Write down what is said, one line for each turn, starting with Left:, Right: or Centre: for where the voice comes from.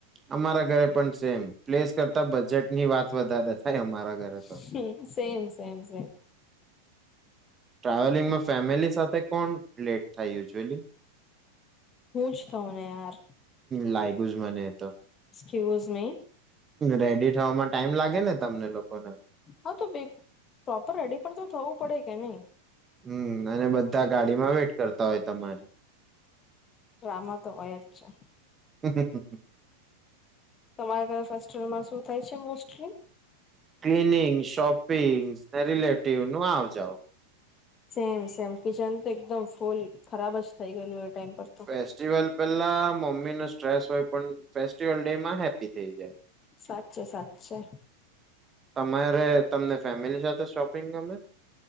Right: અમારા ઘરે પણ સેમ પ્લેસ કરતા બજેટ ની વાત વધારે. થાય અમારા ઘરે
Left: હ
Right: તો.
Left: સેમ સેમ સેમ.
Right: ટ્રાવેલિંગમાં ફેમિલી સાથે કોણ લેટ થ યુઝુઅલી.
Left: પૂછ તો ને યાર.
Right: લાઈગુઝ મને તો.
Left: Excuse me.
Right: રેડી થવામાં ટાઈમ લાગે ને તમને લોકોને.
Left: હા તો પ્રોપર રેડી પણ તો થવું પડે કે નહી.
Right: હમ અને બધા ગાડી માં વેટ કરતા હોય તમારે.
Left: તો આમાં તો હોય જ છે.
Right: હમ હ.
Left: તમારા ઘરે ફેસ્ટલમાં શું થાય છે મોસ્ટલી.
Right: ક્લીનિંગ શોપિંગ રિલેટિવ નું આવજાવ
Left: સેમ સેમ કિચન તો એકદમ ફૂલ ખરાબ જ થઇ ગયેલું ટાઈમ પર તો.
Right: ફેસ્ટિવલ પેલા મમ્મી નો સ્ટ્રેસ હોય પણ ડેમાં હેપી થ જાય.
Left: સાચે સાચે
Right: તમારે તમને ફેમિલી સાથે શોપિંગ ગમે.